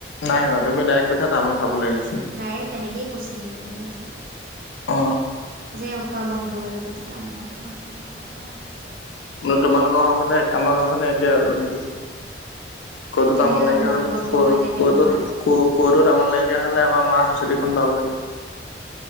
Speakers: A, on the left; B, on the right.
A: নাই তুমি ডাইৰেক্ট কৈছা তামোল খাবলৈ আহিছে
B: ডাইৰেক্ট তেনেকেইে কৈছে সিলৈহ কৈচোন
A: অ
B: যে উখোৱা বন্ধ হৈ যাব এতিয়া তামত ত
A: মানে তোমালোকৰ ঘৰখনে আমাৰ ঘৰখনে একে আৰু নেকি ক'তো
B: কেনেকে
A: তামোল
B: জানো
A: নাইকিয়ীয়া
B: তোমালোকৰ
A: হ'লে ক
B: ঘৰখন এতিয়া কেনেকুৱা
A: ক'তত ক ক'তো তামোল নাইকিয়া হ'লে আমাৰ মাহ হাচতি খনত পাবই